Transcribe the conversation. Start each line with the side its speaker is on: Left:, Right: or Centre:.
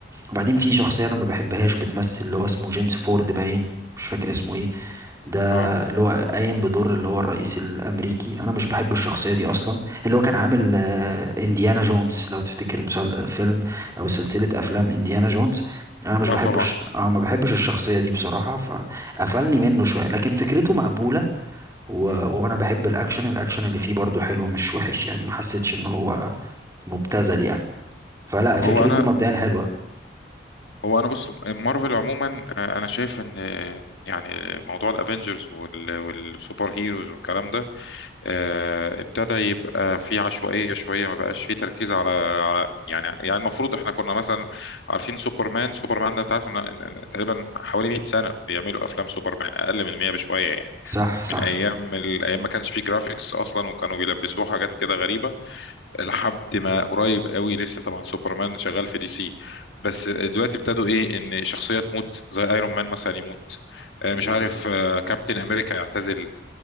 Right: وبعدين في شخصيه انا ما بحبهاش بتمثل اللي هو اسمه جيمس فورد باين مش فاكر اسمه ايه ده
Left: أه
Right: اللي هو قايم بدور اللي هو الرئيس الامريكي انا مش بحب الشخصيه دي اصلا اللي هو كان عامل آه، انديانا جونز لو تفتكر مسل... فيلم او سلسله افلام انديانا جونز انا مش
Left: أه
Right: بحبش
Left: طبعا
Right: اه ما بحبش الشخصيه دي بصراحه فقفلني منه شويه لكن فكرته مقبوله و...
Left: مم.
Right: وانا بحب الاكشن الاكشن اللي فيه برضو حلو مش وحش يعني ما حسيتش ان هو مبتذل يعني فلا
Left: هو
Right: فكرته
Left: أنا
Right: مبدئيا حلوه
Left: هو أنا بص مارفل عموما آه، أنا شايف إن آه، يعني موضوع الأفينجرز والسوبر هيروز والكلام ده آه، ابتدى يبقى فيه عشوائية شوية ما بقاش فيه تركيز على على يعني يعني المفروض إحنا كنا مثلا عارفين سوبرمان سوبرمان ده أنت عارف إن إن تقريبا حوالي 100 سنة بيعملوا أفلام سوبرمان أقل من 100 بشوية يعني
Right: صح صح
Left: من أيام الأيام ما كانش فيه جرافيكس أصلا وكانوا بيلبسوه حاجات كده غريبة لحد ما قريب قوي لسه طبعا سوبرمان شغال في دي سي بس دلوقتي ابتدوا ايه ان شخصيه تموت زي ايرون مان مثلا يموت آه، مش
Right: مم.
Left: عارف آه، كابتن امريكا يعتزل